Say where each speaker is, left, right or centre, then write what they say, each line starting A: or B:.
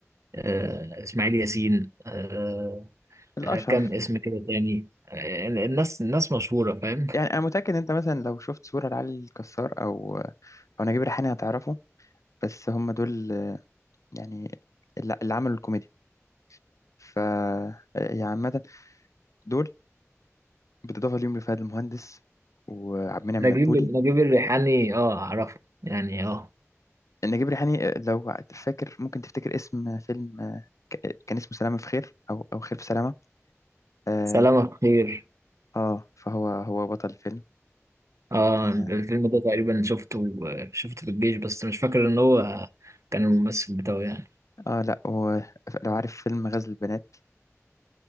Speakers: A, on the right; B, on the left.
A: آه، اسماعيل ياسين آه،
B: الأشهر
A: آه، كم اسم كده تاني آه، الناس الناس مشهوره فاهم
B: يعني أنا متأكد إن أنت مثلا لو شفت صورة لعلي الكسار أو أو نجيب الريحاني هتعرفه بس هم دول آه، يعني اللي اللي عملوا الكوميديا ف آه، يعني عامة دول بالإضافة ليهم لفهد المهندس وعبد المنعم
A: نجيب
B: مدبولي
A: نجيب الريحاني اه اعرفه يعني اه
B: نجيب ريحاني آه، لو فاكر ممكن تفتكر اسم فيلم آه، ك- كان اسمه سلامة في خير أو أو خير في سلامة آه,
A: سلامة خير
B: آه فهو هو بطل الفيلم
A: اه
B: آه,
A: الفيلم ده تقريبا شفته آه، شفته في الجيش بس مش فاكر ان هو كان الممثل بتاعه يعني
B: آه لا هو لو عارف فيلم غزل البنات